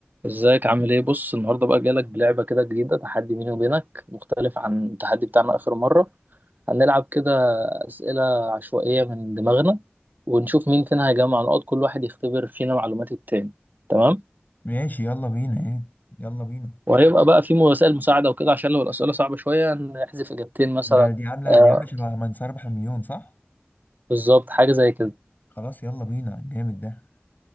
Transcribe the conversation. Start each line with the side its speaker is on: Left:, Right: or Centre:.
Right: ازيك عامل ايه بص النهارده بقى جالك بلعبه كده جديده تحدي بيني وبينك مختلف عن التحدي بتاعنا اخر مره هنلعب كده اسئله عشوائيه من دماغنا ونشوف مين فينا هيجمع نقاط كل واحد يختبر فينا معلومات التاني تمام
Left: ماشي يلا بينا ايه يلا بينا
Right: وهيبقى بقى في وسائل مساعده وكده عشان لو الاسئله صعبه شويه نحذف اجابتين مثلا
Left: ده دي عاملة
Right: آه
Left: دي عاملة شبه من سيربح المليون صح؟
Right: بالظبط حاجه زي كده
Left: خلاص يلا بينا جامد ده